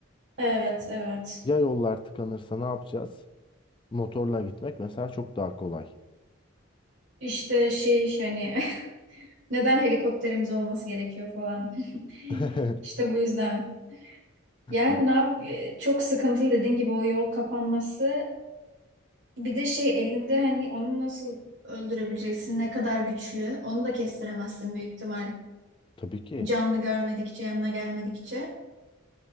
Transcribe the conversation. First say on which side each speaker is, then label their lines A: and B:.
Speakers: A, on the right; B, on the left.
A: Evet, evet.
B: Ya yollar tıkanırsa ne yapacağız? Motorla gitmek mesela çok daha kolay.
A: İşte şey hani <laughs> neden helikopterimiz olması gerekiyor falan. <laughs>
B: <laughs>
A: İşte bu yüzden. Yani
B: Bu-
A: ne yap e, çok sıkıntılı dediğin gibi o yol kapanması. Bir de şey elinde hani onu nasıl öldürebileceksin? Ne kadar güçlü? Onu da kestiremezsin büyük ihtimal.
B: Tabii ki.
A: canlı görmedikçe, yanına gelmedikçe.